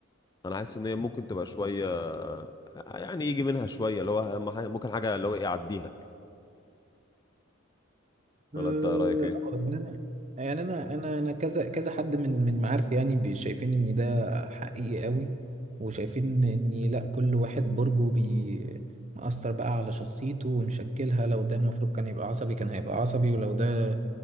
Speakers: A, on the left; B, on the right.
A: انا حاسس ان هي ممكن تبقى شويه آه، يعني يجي منها شويه اللي هو أهم حاجة- ممكن حاجه اللي هو ايه اعديها
B: اه
A: ولا انت رايك ايه
B: آه، يعني انا يعني انا انا انا كذا كذا حد من من معارفي يعني بي- شايفين ان ده حقيقي قوي وشايفين ان لا كل واحد برجه بي مأثر بقى على شخصيته ومشكلها لو ده المفروض كان يبقى عصبي كان هيبقى عصبي ولو ده